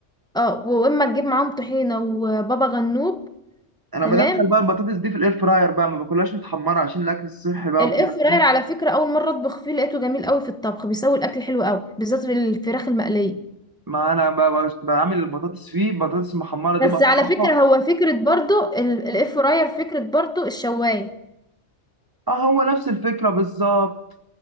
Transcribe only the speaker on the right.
انا
بدخل بقى البطاطس دي في الاير فراير بقى ما باكلهاش متحمره عشان الاكل الصحي بقى
وكده
فاهم
ما انا ب- ب- بعمل البطاطس فيه البطاطس المحمره دي
بقطعها
اه هو نفس الفكرة بالظبط